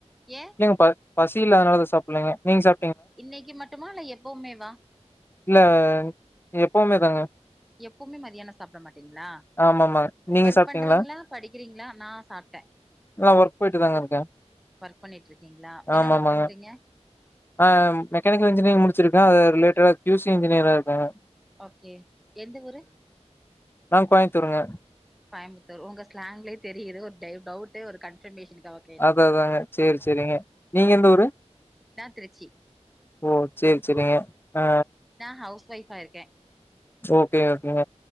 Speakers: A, in the centre; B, on the left.
A: ஏ
B: இல்லைங்க பசி இல்லாதனால சாப்பல்லைங்க நீங்க சா
A: இன்னைக்கி மட்டுமா இல்ல எப்பவுமே வா
B: இல்ல எப்பவுமே தாங்க
A: எப்பவுமே மதியானோ சாப்பிட மாட்டீங்களா
B: ஆமாமா. நீங்க
A: ஒர்க்
B: சாப்ட்டீங்களா?
A: பண்றீங்களா அ படிக்கிறீங்களா நா சாப்பிட்டே
B: நான் ஒர்க் போயிட்டு தாங்க இருக்கேன்.
A: ஒர்க் பண்ணிட்டு இருக்கீங்களா என்ன
B: ஆமாமாங்க.
A: ஒர்க் பண்றீங்க
B: ஆ மெக்கானிக்கல் இன்ஜினியரிங் முடிச்சிருக்கே அது ரிலேட்டடா கியூ சி இன்ஜினியரா இருக்கே
A: ஓகே எந்த ஊரு
B: நான் கோயம்புத்தூருங்க.
A: கோயம்புத்தூர் உங்க ஸ்லாங்க்லே தெரியுது ஒரு டை டவுட் ஒரு கன்பர்மேஷனுக்காக
B: அதா அதாங்க செரி செரிங்க நீங்க எந்த ஊரு
A: நா திருச்சி
B: ஓ சேரி செரிங்க ஆ
A: நா ஹவுஸ் ஒய்ஃபா இருக்கே
B: ஓகே ஓகேங்க